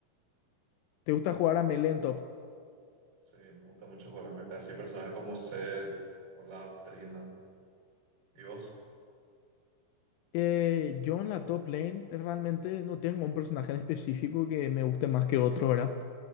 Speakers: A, on the left (about 80°); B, on the right (about 20°).
A: ¿te gusta jugar a melee en top?
B: Sí, me gusta mucho jugar a melee, así personajes como Zed, Olaf, Trina y vos.
A: Eh, yo en la top lane eh, realmente no tengo un personaje en específico que me guste más que otro, ¿verdad?